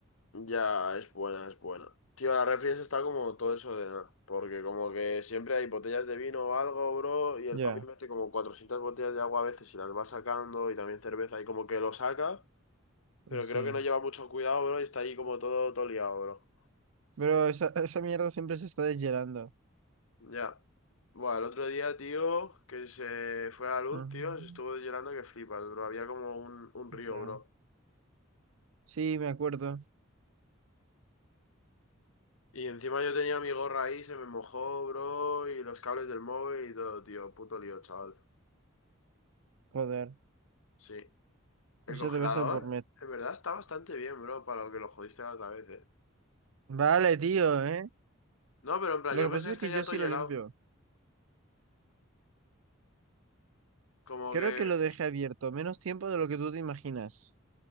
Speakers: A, on the left; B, on the right.
A: Ya, es buena, es buena. Tío, la refri esa está como todo eso de nada. Porque como que siempre hay botellas de vino o algo, bro, y el
B: Ya,
A: papi mete como 400 botellas de agua a veces y las va sacando, y también cerveza, y como que lo saca, pero
B: sí.
A: creo que no lleva mucho cuidado, bro, y está ahí como todo, todo liado, bro.
B: Pero esa, esa mierda siempre se está deshielando.
A: Ya. Bueno, el otro día, tío, que se fue a la luz,
B: Ujú,
A: tío, se estuvo llorando que flipas, bro. Había como un, un río,
B: Ya.
A: bro.
B: Sí, me acuerdo.
A: Y encima yo tenía mi gorra ahí, se me mojó, bro, y los cables del móvil y todo, tío. Puto lío, chaval.
B: Joder,
A: Sí. El
B: eso
A: congelador,
B: te pasa por met.
A: en verdad, está bastante bien, bro, para lo que lo jodiste la otra vez, ¿eh?
B: Vale, tío, ¿eh?
A: No, pero en plan,
B: Lo
A: yo
B: que
A: pensé
B: pasa
A: que está
B: es que
A: ya
B: yo
A: todo
B: sí
A: helado.
B: lo limpio.
A: Como
B: Creo
A: que...
B: que lo dejé abierto menos tiempo de lo que tú te imaginas.